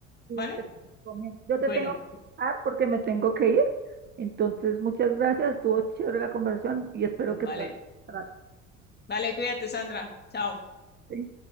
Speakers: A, on the right; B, on the left.
A: sí,
B: ¿vale?
A: te recomiendo. Yo
B: Bueno,
A: te tengo que dejar porque me tengo que ir. Entonces, muchas gracias, estuvo chévere la conversación y espero
B: vale,
A: que puedas. hacer algo,
B: vale, cuídate, Sandra. Chao.
A: ¿sí?